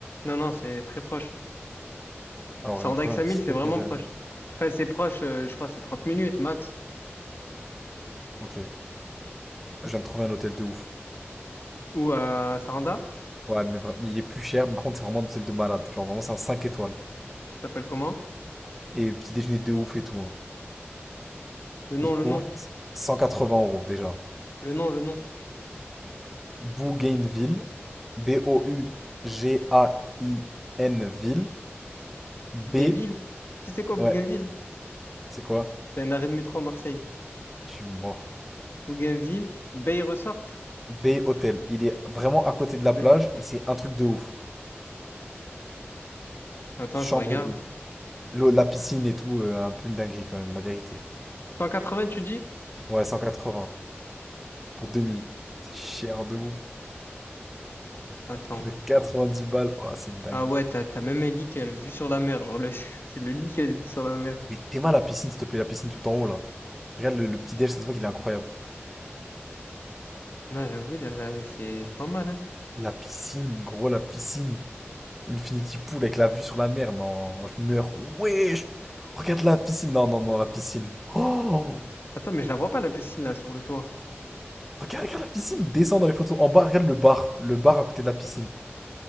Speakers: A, on the left; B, in the centre.
A: Non, non, c'est très proche.
B: Alors,
A: Saranda
B: je viens de trouver
A: et Xamil,
B: un petit
A: c'est
B: hôtel.
A: vraiment
B: euh,
A: proche. Enfin, c'est proche, euh, je crois, que c'est 30 minutes max.
B: Ok. Je viens de trouver un hôtel de ouf.
A: Ou à Saranda,
B: Ouais, mais, vra- mais il est plus cher. mais par contre, c'est vraiment un hôtel de malade. Genre, vraiment, c'est un 5 étoiles.
A: ça s'appelle comment?
B: Et petit déjeuner de ouf et tout. hein.
A: Le nom,
B: Il coûte
A: le nom,
B: 180 euros déjà.
A: le nom, le nom.
B: Bougainville, B-O-U-G-A-I-N-Ville,
A: Bougainville?
B: B,
A: Tu sais quoi, Bougainville?
B: ouais, c'est quoi?
A: C'est un arrêt de métro à Marseille.
B: Je suis mort.
A: Bougainville, Bay Resort?
B: B Hôtel. Il est vraiment à côté de la
A: B.
B: plage et c'est un truc de ouf.
A: Attends,
B: Chambre,
A: je regarde.
B: l'eau, la piscine et tout, euh, un peu une dinguerie quand même, la vérité.
A: 180, tu dis?
B: Ouais, 180 pour deux nuits. C'est cher de ouf.
A: Attends.
B: Ça fait dix balles. Oh, c'est une dinguerie.
A: Ah ouais, t'as, t'as même un lit qu'elle a la vue sur la mer. Genre, le- <laughs> c'est le lit qu'elle a la vue sur la mer.
B: Mais t'es mal à la piscine, s'il te plaît, la piscine tout en haut là. Regarde le, le petit déj, ça se voit qu'il est incroyable.
A: Non, j'avoue, là, là, c'est c'est pas mal, hein.
B: La piscine, gros, la piscine. Infinity Pool avec la vue sur la mer, non, je meurs. Wesh! Regarde la piscine, non, non, non, la piscine. Oh!
A: Attends, mais je la vois pas, la piscine, là, sur le toit.
B: Regarde, regarde la piscine, descends dans les photos. En bas, regarde le bar, le bar à côté de la piscine.